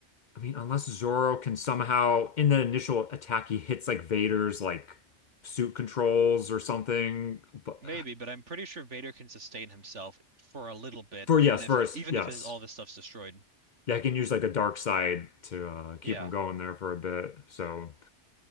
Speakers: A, on the left (about 50°); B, on the right (about 85°).
A: I mean unless Zoro can somehow in the initial attack he hits like Vader's like suit controls or something. But
B: Maybe, but I'm pretty sure Vader can sustain himself for a little bit,
A: for yes,
B: even if
A: first,
B: even
A: yes.
B: if his all this stuff's destroyed.
A: yeah, I can use like the dark side to uh, keep
B: Yeah,
A: him going there for a bit. So